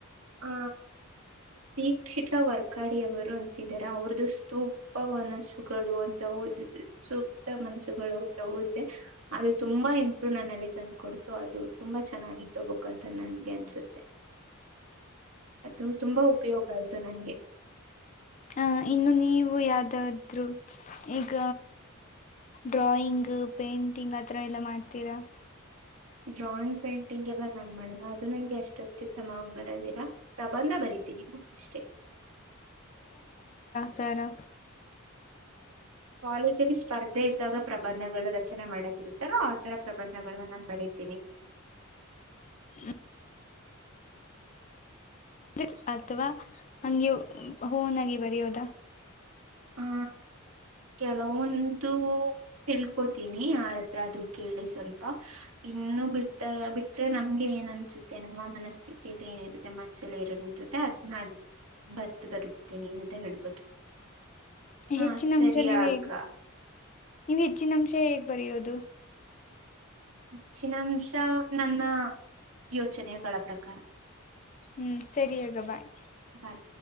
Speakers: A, on the right; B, on the left.
A: ಆ ಟೀಕ್ಷಿತ ವರ್ಕಾಡಿಯವರು ತಿದ್ದಾರೆ ಅವ್ರದದುು ಸ್ತುಪ ಮನಸ್ಸುಗಳು ಅಂತ ಓದ <unintelligible> ಸೂಕ್ತ ಮನಸ್ಸುಗಳು ತಗೋಳತೇ ಅದು ತುಂಬಾ ಇಮ್ <unintelligible> ರು ನನ್ನಲ್ಲಿ ತಂದು ಕೊಡ್ತು ಅದು ತುಂಬಾ ಚೆನ್ನಾಗಿತ್ತು ಬುಕ್ ಅಂತ ನನ್ಗೆ ಅನ್ಸುತ್ತೆ. ಅದು ತುಂಬಾ ಉಪಯೋಗ ಆಯ್ತು ನನ್ಗೆ
B: ಅಹ ಇನ್ನು ನೀವು ಯಾವ್ದಾದ್ರು ಈಗ ಡ್ರಾಯಿಂಗ್ ಪೇಂಟಿಂಗ್ ಆತರ ಎಲ್ಲ ಮಾಡ್ತೀರಾ.
A: ಡ್ರಾಯಿಂಗ್ ಪೇಂಟಿಂಗ್ ಎಲ್ಲ ನಾನ್ ಮಾಡಿಲ್ಲ ಅದು ನಂಗೆ ಎಷ್ಟೊ ಅತ್ಯುತ್ತಮವಾಗಿ ಬರದಿಲ್ಲ ಪ್ರಬಂಧ ಬರೀತೀನಿ ಅಷ್ಟೆ
B: ತರ <unintelligible>
A: ಕಾಲೇಜಲ್ಲಿ ಸ್ಪರ್ಧೆ ಇದ್ದಾಗ ಪ್ರಬಂಧಗಳು ರಚನೆ ಮಾಡಕಿರುತ್ತಲ್ಲ ಆತರ ಪ್ರಬಂಧಗಳನ್ನ ನಾನ್ ಬರೀ ತಿನಿ <inaudible>
B: <inaudible> ತ್ರಿಚ್ ಅಥವಾ ಹಂಗೆ ಹೂನಗೆ ಬರಯೋದಾ
A: ಆ ಕೆಲವೊಂದು ತಿಳ್ಕೋತೀನಿ ಯಾರತ್ರ ಆದ್ರು ಕೇಳಿ ಸ್ವಲ್ಪ ಇನ್ನು ಬಿಟ್ಟ ಬಿಟ್ರೆ ನಮ್ಗೆ ಏನ ಅನ್ಸುತ್ತೆ ನಮ್ಮ ಮನಸ್ಥಿತತಿಲ್ಲಿ ಏನಿರುತ್ತೆ ಮನ್ಜಲಿ ಇರೋನ ಜೋತೆ ಅದ್ನ ಅ ಬರ್ತ ಬದ್ಕತೀನಿ ಅಂತ ಹೇಳ್ಬೋದು. ಹಾ
B: ಹೆಚ್ಚಿನ
A: ಸರಿಯಾಕ್ಕಾ
B: ಅಂಶ ಹೇಗ್ ನೀವು ಹೆಚ್ಚಿನ ಅಂಶ ಹೇಗ್ ಬರೆಯೋದು
A: ಹೆಚ್ಚಿನ ಅಂಶ ನನ್ನ ಯೋಚನೆಗಳ ಪ್ರಕಾರ
B: ಹ್ಮ್ ಸರಿಯಗ ಬಾಯ್
A: ಬಾಯ್